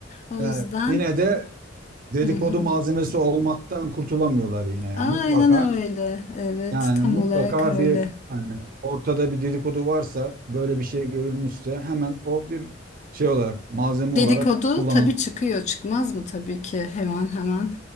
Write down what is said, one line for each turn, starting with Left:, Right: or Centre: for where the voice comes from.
Left: O
Right: yani
Left: yüzden,
Right: yine de dedikodu
Left: hı hı.
Right: malzemesi olmaktan kurtulamıyorlar yine
Left: Aynen
Right: yani mutlaka
Left: öyle. Evet,
Right: yani
Left: tam
Right: mutlaka
Left: olarak öyle.
Right: bir hani ortada bir dedikodu varsa böyle bir şey görülmüşse hemen o bir şey olarak malzeme olarak
Left: Dedikodu
Right: kullanılır.
Left: tabii çıkıyor çıkmaz mı tabii ki hemen hemen